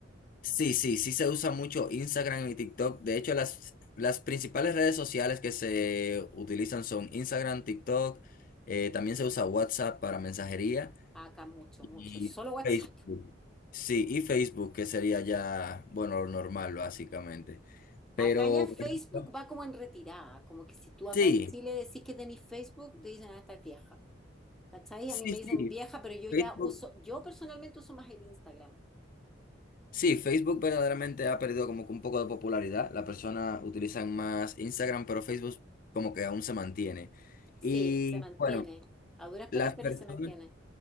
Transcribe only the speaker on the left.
Sí, sí, sí se usa mucho Instagram y TikTok. De hecho, las, las principales redes sociales que se utilizan son Instagram, TikTok, eh, también se usa WhatsApp para mensajería
y
Facebook. Sí, y Facebook, que sería ya, bueno, lo normal básicamente. Pero
por ejemplo,
sí,
sí,
sí,
Facebook.
Sí, Facebook verdaderamente ha perdido como que un poco de popularidad. Las personas utilizan más Instagram, pero Facebook como que aún se mantiene.
Y
bueno.
Las
personas,